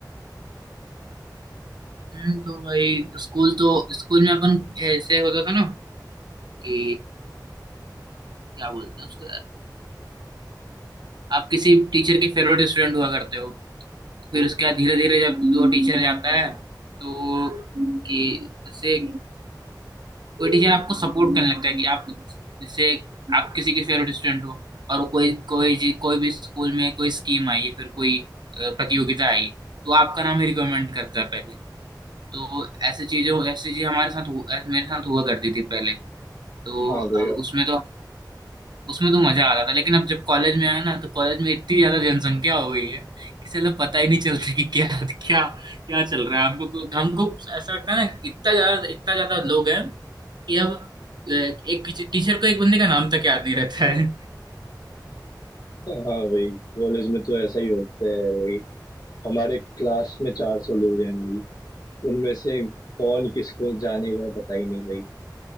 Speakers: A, on the right; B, on the left.
A: हम्म तो भाई स्कूल तो स्कूल में अपन ऐसे होता था ना कि क्या बोलते हैं उसको यार, आप किसी टीचर के फेवरेट स्टूडेंट हुआ करते हो फिर उसके बाद धीरे धीरे जब वो टीचर जाता है तो कि जैसे कोई टीचर आपको सपोर्ट करने लगता है कि आप जैसे आप किसी के फेवरेट स्टूडेंट हो और वो कोई कोई जी- कोई भी स्कूल में कोई स्कीम आई है फिर कोई अ, प्रतियोगिता आई तो आपका नाम ही रिकमेंड करता है पहले तो ऐसी चीजों ऐसी चीज हमारे साथ हु- ऐ- मेरे साथ हुआ करती थी पहले तो
B: हाँ भैया
A: अब उसमें तो उसमें तो मजा आ रहा था लेकिन अब जब कॉलेज में आया ना तो कॉलेज में इतनी ज्यादा जनसंख्या हो गई है कि चलो पता ही नहीं चलता कि क्या क्या क्या चल रहा है हमको हमको ऐसा लगता है ना इतना ज्यादा इतना ज्यादा लोग हैं कि अब अ, एक टीचर को एक बंदे का नाम तक याद नहीं रहता है
B: हाँ भाई कॉलेज में तो ऐसा ही होता है भाई हमारे क्लास में चार सौ लोग हैं भाई उनमें से कौन किसको जानेगा पता ही नहीं भाई